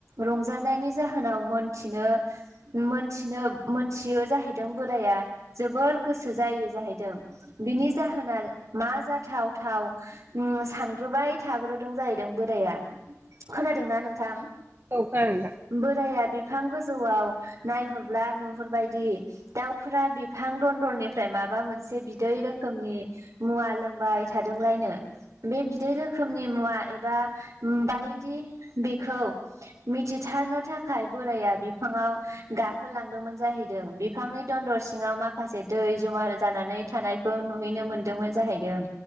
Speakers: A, on the right; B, on the right.
A: रंजानायनि जाहोनाव मोनथिनो मोनथिनो मोनथियो जाहैदों बोराया जोबोर गोसो जायो जाहैदों बिनि जाहोना मा जाथाव गो थाव सानग्रोबाय थाग्रोदों जाहैदों बोराया खोनादोंना नोंथां
B: औ खोनादों नोथां
A: बोराया बिफां गोजौआव नायहरब्ला नुहरबायदि दाउफोरा बिफां दन्दरनिफ्राय माबा मोनसे बिदै रोखोमनि मुवा लोंबाय थादोंलायनो बे बिदै रोखोमनि मुवा एबा बायदि बेखौ मिथिथारनो थाखाय बोराया बिफाङाव गाखोलांदोंमोन जाहैदों बिफांनि दन्दर सिङाव माखासे दै जमा जानानै थानायखौ नुहैनो मोनदोंमोन जाहैदों